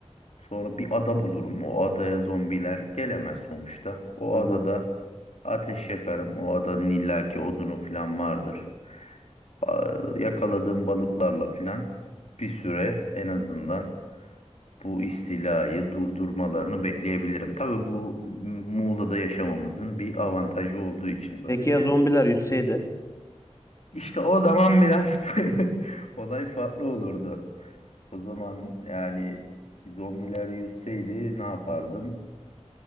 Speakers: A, on the left (about 70°); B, on the left (about 25°).
A: Sonra bir ada bulurum. O adaya zombiler gelemez sonuçta. O
B: Hı
A: adada
B: hı.
A: ateş yakarım. O adanın illaki odunu filan vardır. Ba- Yakaladığım balıklarla filan bir süre en azından bu istilayı durdurmalarını bekleyebilirim. Tabii bu Muğla'da yaşamamızın bir avantajı olduğu için böyle
B: Peki ya
A: düşünüyorum.
B: zombiler yüzseydi?
A: İşte o zaman biraz <laughs> olay farklı olurdu. O zaman yani zombiler yüzseydi ne yapardım?